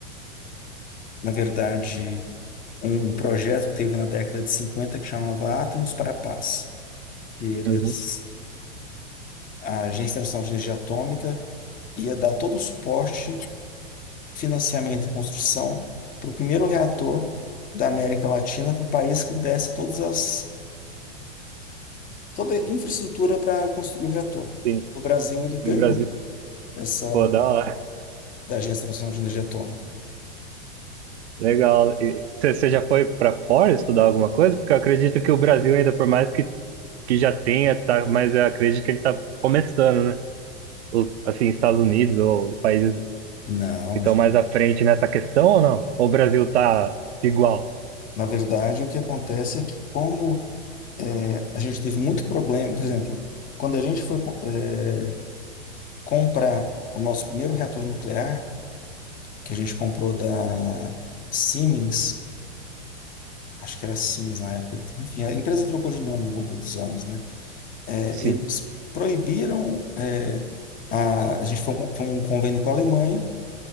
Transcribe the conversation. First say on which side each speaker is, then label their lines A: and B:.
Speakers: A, on the left (about 25°); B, on the right (about 75°).
A: na verdade, um projeto que teve na década de 50 que chamava Átomos para a Paz. E eles,
B: uhum,
A: a Agência Nacional de Energia Atômica ia dar todo o suporte financiamento e construção para o primeiro reator da América Latina, para o país que desse todas as, toda a infraestrutura para construir o reator.
B: Sim.
A: O Brasil ele ganhou
B: E o Brasil,
A: essa
B: pô, da hora.
A: da Agência Nacional de Energia Atômica.
B: Legal. Você já foi para fora estudar alguma coisa? Porque eu acredito que o Brasil ainda, por mais que, que já tenha, tá, mas eu acredito que ele está começando, né? os, assim, Estados Unidos ou países
A: Não,
B: que estão
A: gente.
B: mais à frente nessa questão ou não? Ou o Brasil tá igual?
A: Na verdade, o que acontece é que como eh, a gente teve muito problema, por exemplo, quando a gente foi co- eh, comprar o nosso primeiro reator nuclear, que a gente comprou da Siemens, acho que era Siemens na época. Enfim, a empresa trocou de nome ao longo dos anos, né? É,
B: Sim.
A: eles proibiram, é, a, a gente foi um, foi um convênio com a Alemanha,